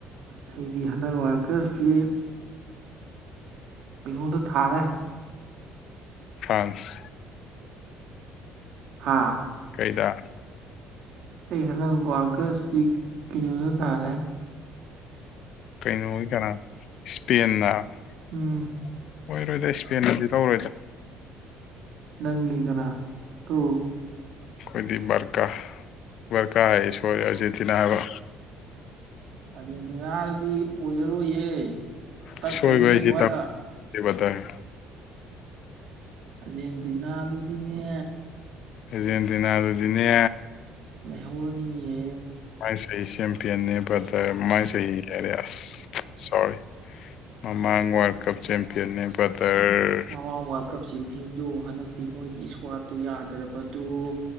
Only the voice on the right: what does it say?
ꯑꯩꯗꯤ ꯍꯟꯗꯛ ꯋꯥ꯭ꯔꯜ ꯀꯞꯁꯤ ꯀꯩꯅꫭꯗ ꯊꯥꯔꯦ꯫
ꯍꯥꯥ
ꯑꯩ ꯍꯟꯗꯛ ꯋꯥ꯭ꯔꯜ ꯀꯞꯁꯤ ꯀꯩꯅꯣꯗ ꯇꯥꯔꯦ
ꯎꯝ
ꯅꯪꯒꯤ ꯀꯅꯥ ꯇꯨ
ꯑꯥꯔꯖꯦꯟꯇꯤꯅꯥꯅꯗꯤ ꯑꯣꯏꯔꯔꯣꯏꯌꯦ ꯇꯠꯈ꯭ꯔꯅꯤ
ꯑꯁ꯭ꯋꯥꯏꯗ
ꯑꯥꯔꯖꯦꯟꯇꯤꯅꯥꯗꯨꯗꯤꯅꯦ
ꯂꯩꯍꯧꯔꯅꯤꯌꯦ
ꯃꯃꯥꯡ ꯋꯥꯔꯜ ꯀꯞ ꯆꯦꯝꯄꯤꯌꯟꯗꯨ ꯍꯟꯗꯛꯇꯤ ꯃꯣꯏꯒꯤ ꯏꯁꯀ꯭ꯋꯥꯠꯇꯨ ꯌꯥꯗꯕꯗꯨ